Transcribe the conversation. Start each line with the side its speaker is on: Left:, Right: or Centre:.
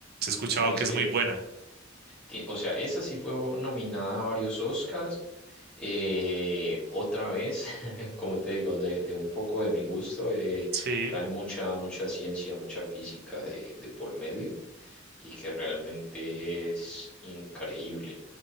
Right: escuchado
Centre: No,
Right: que
Centre: es
Right: es
Centre: que
Right: muy buena.
Centre: Ti- O sea, esa sí fue nominada a varios Oscars. Eh, otra vez, <laughs> como te digo, de, de un poco de mi gusto, eh,
Right: Sí,
Centre: trae mucha, mucha ciencia, mucha física de, de por medio y que realmente es increíble.